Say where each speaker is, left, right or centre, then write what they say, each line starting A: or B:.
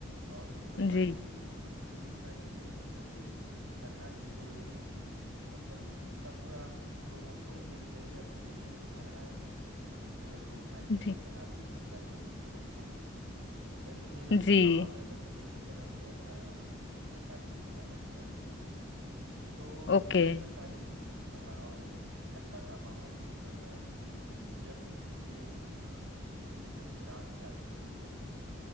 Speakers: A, on the right (about 85°); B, on the left (about 60°).
A: और उस समय प्राइवेट
B: जी
A: स्कूल थे लेकिन प्राइवेट स्कूल चलते नहीं थे सरकारी स्कूल ही मतलब उनका थोड़ा लोगों को दिम- जैसे अभी देखिए धारणाएं बन गई है ना इस तरह लोग माइंड सेट
B: जी
A: बना लिए हैं कि प्राइवेट स्कूल अच्छा है वैसे मेरे इस
B: जी
A: गांव में मतलब मेरी तरफ यह धारणा थी कि सरकारी स्कूल ज्यादा अच्छा है तो
B: ओके
A: मैं सरकारी स्कूल में ही पढ़ा और अच्छा था माहौल मतलब अ, यह समझिए मेरे अ, स्कूल में करीब साठ के आसपास बच्चे थे